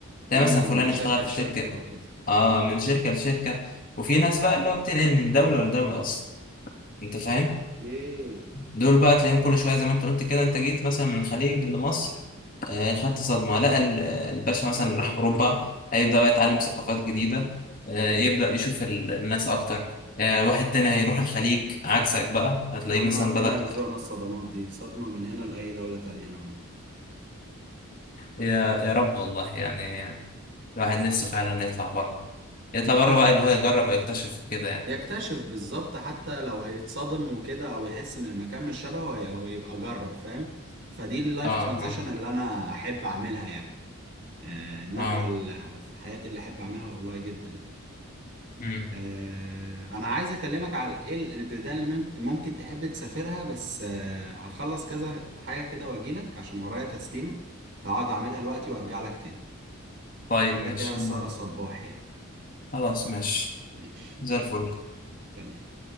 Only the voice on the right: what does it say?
امم
من شركة
لشركة
وكده
ايه
يا عم
ربنا
يرزقنا الصدمات دي صدمة من هنا لأي دولة تانية انا موافق
اه
يكتشف بالظبط حتى لو هيتصدم وكده او يحس ان المكان مش شبهه هي- هو يبقى جرب فاهم فدي اللايف
ترانزيشن
اللي انا احب اعملها يعني آه النقلة
اللي في حياتي اللي احب اعملها والله جدا يعني
آه، انا عايز اكلمك على ايه ال- البلدان اللي مم- ممكن تحب تسافرها بس آه، هخلص كذا حاجه كده واجيلك عشان ورايا تسليمه فاقعد اعملها دلوقتي وارجع لك تاني
كده
كده السهره
صباح يعني
ماشي
تمام